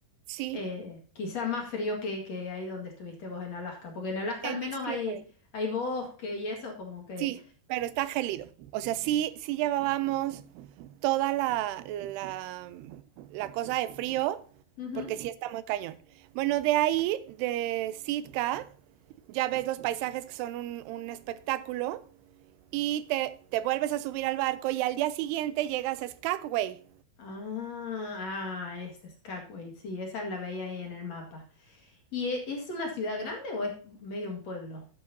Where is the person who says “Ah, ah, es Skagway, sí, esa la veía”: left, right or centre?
Left